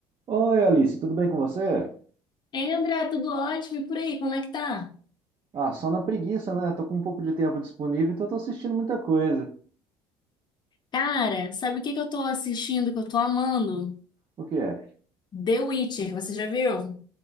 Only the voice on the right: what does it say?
Oi, Alice, tudo bem com você?
Ah, só na preguiça, né? Tô com um pouco de tempo disponível, então tô assistindo muita coisa.
O que é?